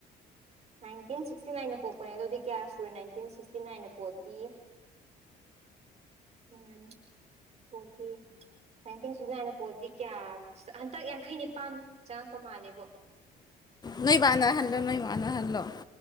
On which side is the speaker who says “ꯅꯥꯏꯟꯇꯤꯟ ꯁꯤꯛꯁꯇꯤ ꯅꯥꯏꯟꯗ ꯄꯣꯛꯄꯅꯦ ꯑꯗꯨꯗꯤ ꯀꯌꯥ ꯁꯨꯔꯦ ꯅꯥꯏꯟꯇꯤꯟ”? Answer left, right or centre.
Right